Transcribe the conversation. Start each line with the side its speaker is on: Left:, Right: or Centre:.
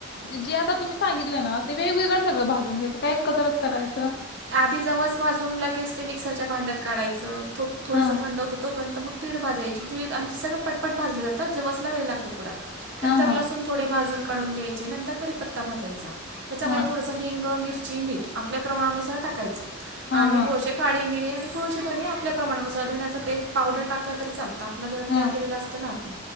Left: जे आता तुम्ही सांगितले ना तेे वेगवेगळं सगळं भाजून घ्यायंच काय एकत्रच करायचं
Right: आधी जवस भाजून लगेच ते मिक्सरच्या भांड्यात काढायचं तुप थोडंसं
Left: हां.
Right: थंड होतं तोपर्यंत मग तीळ भाजयची ती आणि सगळं पटपट भाजले जातं जवसला वेळ लागतो थोडा
Left: हां,
Right: नंतर
Left: हां.
Right: लसून थोडे भाजून काढून घ्यायचे नंतर कडीपत्ता भाजायचा त्याच्यामध्ये
Left: हां.
Right: थोडस हिंग, मिरची, मीठ आपल्या प्रमाणानुसार टाकायचं
Left: हां,
Right: आणि
Left: हां.
Right: थोडस काळी मिरे आणि थोसे धणी आपल्या प्रमाणाुार धण्याचा पेस् पावडर टकलं तरी चालतं आता आपलं घरात
Left: हां.
Right: तयार केलेलं असतं ना आपण